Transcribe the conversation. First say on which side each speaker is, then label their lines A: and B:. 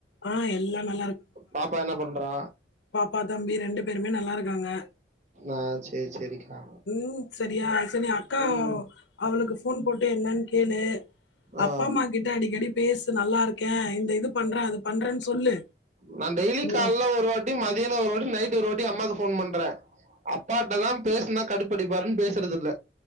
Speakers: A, on the left; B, on the right.
A: ஆ ஏ <unintelligible>
B: பாப்பா என்ன பண்றா
A: பாப்பா தம்பி ரெண்டு பேருமே நல்லா இருக்காங்க
B: ஆ சரி, சரிக்கா.
A: உம் செரியா செரி அக்கா
B: ம்.
A: அவளுக்கு ஃபோன் போட்டு என்னன்னு கேளு அப்பா
B: ஆ.
A: அம்மா கிட்ட அடிக்கடி பேசு நல்லா இருக்கேன் இந்த இது பண்றேன் அது பண்றேன்னு சொல்லு
B: நான் டெய்லி
A: ஓ
B: கால்ல ஒரு வாட்டி மத் தியானம் ஒரு வாட்டி நைட் ஒரு வாட்டி அம்மாக்கு போன் பண்ற அப்பாகிட்டதா பேசுனா கட்டுப்படிப்பாருன்னு பேசுறது இல்ல